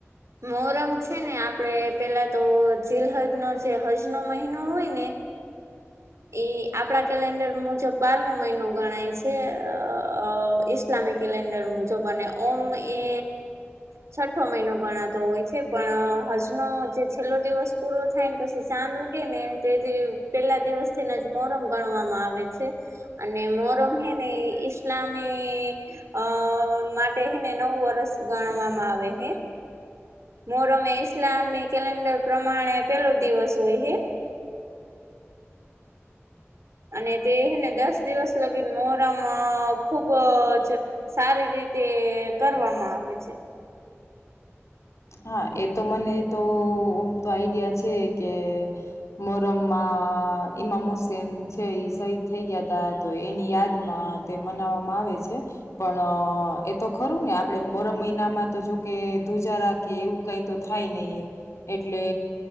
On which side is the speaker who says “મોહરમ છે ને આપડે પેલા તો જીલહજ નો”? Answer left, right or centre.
Right